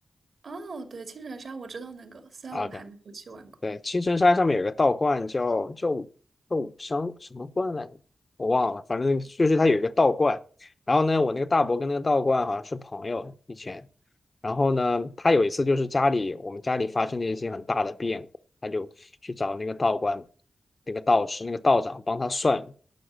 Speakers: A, on the right; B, on the left.
A: 哦，对，青城山我知道那个，虽然我们还没有去玩过。
B: 阿甘，对，青城山上面有个道观叫叫武叫武商什么观来着，我忘了，反正就是它有一个道观。然后呢，我那个大伯跟那个道观好像是朋友以前。然后呢，他有一次就是家里我们家里发生了一些很大的变他就去找那个道观，那个道士，那个道长帮他算